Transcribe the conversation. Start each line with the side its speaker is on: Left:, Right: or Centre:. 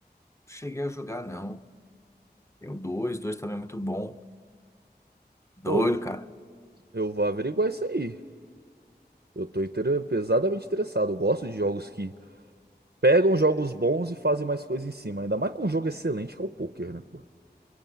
Left: cheguei a jogar, não. Tem o 2, 2 também é muito bom. Doido,
Right: Pô,
Left: cara.
Right: Eu vou averiguar isso aí. Eu tô inter- pesadamente interessado. Eu gosto de jogos que pegam jogos bons e fazem mais coisa em cima. Ainda mais com um jogo excelente que é o poker, né, pô?